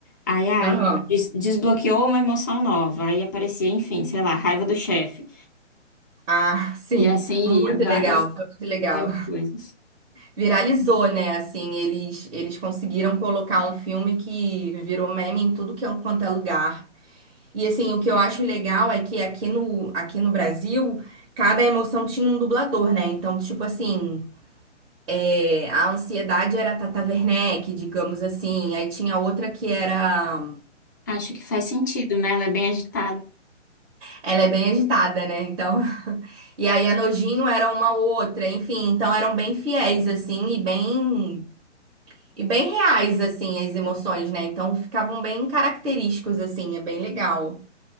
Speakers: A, on the left; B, on the right.
A: Aí, ai,
B: Aham.
A: des- desbloqueou uma emoção nova. Aí aparecia, enfim, sei lá, raiva do chefe.
B: Ah, sim,
A: E assim
B: muito
A: ia, várias,
B: legal, foi muito legal.
A: várias coisas.
B: Viralizou, né? Assim, eles eles conseguiram colocar um filme que virou meme em tudo que é- quanto é lugar. E assim, o que eu acho legal é que aqui no aqui no Brasil, cada emoção tinha um dublador, né? Então, tipo assim, é, a ansiedade era a Tata Werneck, digamos assim. Aí tinha outra que era
A: Acho que faz sentido, né? Ela é bem agitada.
B: Ela é bem agitada, né? Então. <laughs> E aí a Nojinho era uma ou outra, enfim, então eram bem fiéis, assim, e bem. E bem reais, assim, as emoções, né? Então ficavam bem característicos, assim, é bem legal.